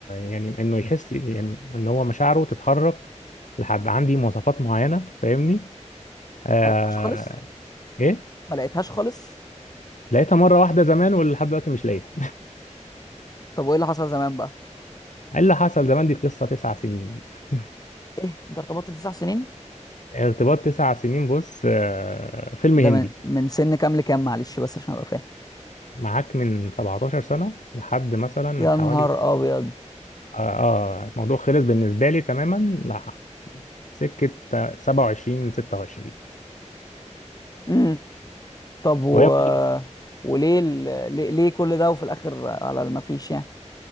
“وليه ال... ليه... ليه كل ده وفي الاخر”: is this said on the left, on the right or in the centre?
Left